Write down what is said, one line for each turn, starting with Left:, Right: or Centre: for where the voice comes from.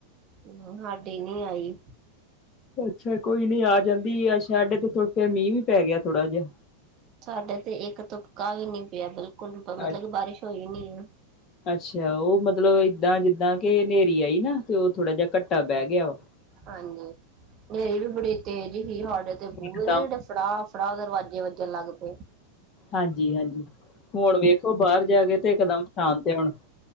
Right: ਹਮ, ਹਾਡੀ ਨੀ ਆਈ।
Left: ਅੱਛਾ ਕੋਈ ਨੀ ਆ ਜਾਂਦੀ ਆ, ਸਾਇਡੇ ਕੁਛ ਦੇਰ ਫੇਰ ਮੀਂਹ ਵੀ ਪੈ ਗਿਆ ਥੋੜ੍ਹਾ ਜਿਹਾ।
Right: ਸਾਡੇ ਤੇ ਇੱਕ ਤੁਪਕਾ ਵੀ ਨੀ ਪਿਆ। ਬਿਲਕੁਲ, ਮਤਲਬ
Left: ਅੱ
Right: ਕਿ ਬਾਰਿਸ਼ ਹੋਈ ਨੀ ਐ।
Left: ਅੱਛਾ, ਉਹ ਮਤਲਬ ਐਦਾਂ ਜਿੱਦਾਂ ਕੇ ਨੇਰੀ ਆਈ ਨਾ। ਤੇ ਉਹ ਥੋੜਾ ਜਿਹਾ ਘੱਟਾ ਬਹਿ ਗਿਆ ਓ
Right: ਹਾਂਜੀ, ਨੇਰੀ ਵੀ ਬੜੀ ਤੇਜ਼ ਹੀ, ਹਾਡੇ ਤੇ ਬੂਹੇ
Left: ਇਕਦਮ
Right: ਨਾ ਜੇੜੇ ਫੜਾਅ -ਫੜਾਅ ਦਰਵਾਜੇ ਵਜੱਣ ਲੱਗ ਪਏ।
Left: ਹਾਂਜੀ- ਹਾਂਜੀ, ਹੁਣ ਵੇਖੋ ਬਾਹਰ ਜਾ ਕੇ ਤੇ ਇਕਦਮ ਸ਼ਾਂਤ ਐ ਹੁਣ